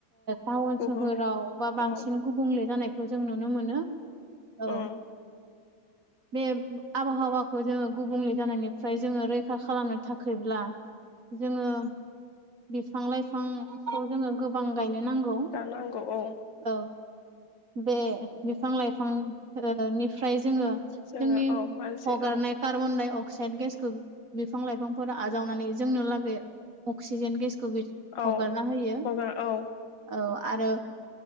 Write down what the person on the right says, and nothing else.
टाउन
सोहोराव बा बांसिन
गुबुंले जानायखौ जों नुनो मोनो। औ
<inaudible> बे आबहावाखौ जोङो गुबुंले जानायनिफ्राय जोङो रैखा खालामनो थाखायब्ला जोङो बिफां-लाइफांखौ जोङो गोबां गायनो नांगौ
औ बे बिफां-लाइफांनि फ्राय जोङो
जोंनि
हगारनाय
कार्बनडाइ-अकसाइड अक्साइड गेसखौ बिफां लाइफांफोर आजावनानै जोंनो लागै अक्सिजेन गेस खौ
हगारना होयो
औ आरो